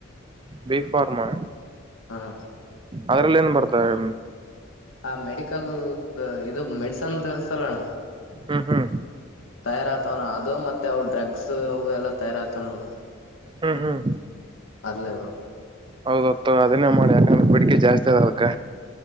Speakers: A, on the right; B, on the left.
A: ಬಿೀಫಫಾರ್ಮಾ
B: ಹ್ಮ್
A: ಅದ್ರಲ್ಲಿ ಏನ್ ಬರ್ತಾರೆ.
B: ಹ ಮೆಡಿಕಲ್ ಇದು ಮೆ ಚಂದ್ರ ತಲಣ
A: ಹ್ಮ್ ಹ್ಮ್
B: ತಯಾರ ಆತವಣ ಅದು ಮತ್ತೆ ಅವ ಡ್ರಗ್ ಬಕ್ಸ್ ಅವು ಎಲ್ಲಾ ತಯಾರ ಆತ ನೋ
A: ಹ್ಮ್ ಹ್ಮ್
B: ಅದಲೇವ
A: ಹೌದತ್ತು ಅದನೇ ಮಾಡಿ ಯಾಕಂದ್ರೆ ಬಿಡಿಕೆ ಜಾಸ್ತಿ ಅದ ಅದಕ್ಕ